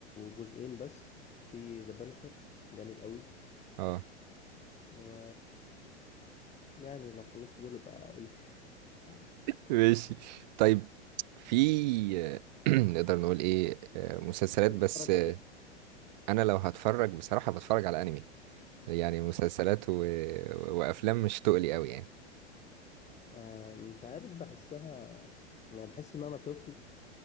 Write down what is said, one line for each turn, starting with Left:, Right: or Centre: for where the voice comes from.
Left: جزئين بس في ذا بانشر جامد قوي
Right: اه
Left: و يعني لو خلصت دول بقى قول لي <laughs>
Right: ماشي طيب في <clears throat> نقدر نقول ايه آه، مسلسلات
Left: انت
Right: بس
Left: بتتفرج
Right: آه،
Left: على ايه
Right: انا لو هتفرج بصراحة بتفرج على انمي يعني مسلسلات و... وافلام مش تقلي قوي يعني
Left: آه مش عارف بحسها يعني بحس ان انا طفل